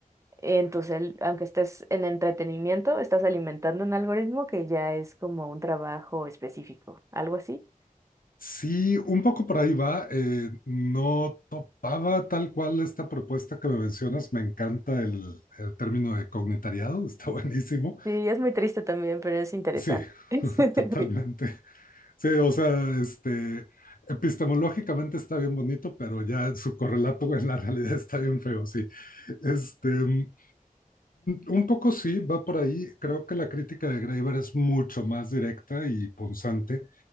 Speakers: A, on the right; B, on the left.
A: en tu cel, aunque estés en entretenimiento, estás alimentando un algoritmo que ya es como un trabajo específico, algo así.
B: Sí, un poco por ahí va. eh, no topaba tal cual esta propuesta que me mencionas. Me encanta el, el término de cognitariado, <laughs> está buenísimo.
A: Sí, es muy triste también, pero es interesante.
B: Sí,
A: <laughs>
B: <laughs> totalmente. Sí, o sea, este, epistemológicamente está bien bonito, pero ya su correlato en la realidad está bien feo, sí. Este, mm, un poco sí, va por ahí. Creo que la crítica de Graeber es mucho más directa y punzante.